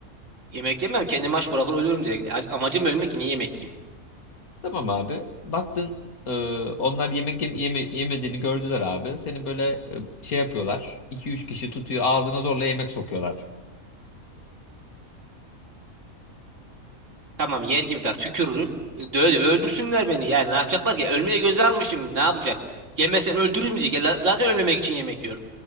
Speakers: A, on the right; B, on the left.
A: Yemek yemem. Kendimi aç bırakır ölürüm direkt. A- Amacım ölmek niye yemek yiyeyim?
B: Tamam abi baktın e, onlar yemek yem- yeme- yemediğini gördüler abi. Seni böyle e, şey yapıyorlar iki üç kişi tutuyor ağzına zorla yemek sokuyorlar.
A: Tamam yer gibi ben tükürürüm. Döve döve öldürsünler beni. Yani ne yapacaklar ki? Ölmeye göze almışım. Ne yapacak? Yemesen öldürülmeyecek. Ya la- zaten ölmemek için yemek yiyorum.